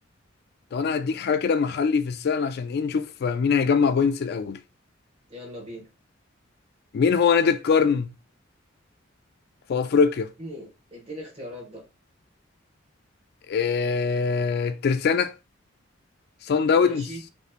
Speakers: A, on the left (about 55°); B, on the right (about 30°).
A: طب انا هديك حاجه كده محلي في السهل عشان ايه نشوف مين هيجمع بوينتس الاول
B: يلا بينا
A: مين هو نادي القرن في افريقيا
B: اديني اديني اختيارات بقى
A: آه... الترسانة صن داونز
B: ماشي